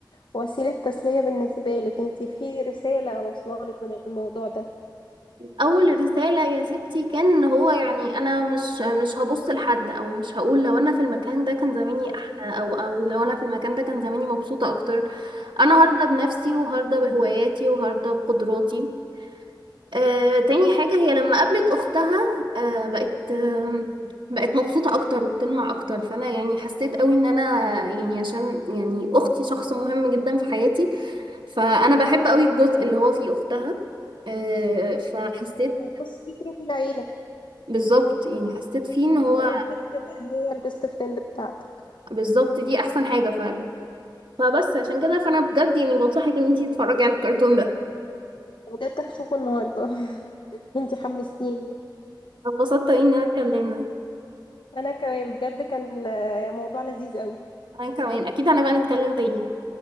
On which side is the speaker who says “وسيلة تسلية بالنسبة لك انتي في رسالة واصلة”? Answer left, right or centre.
Left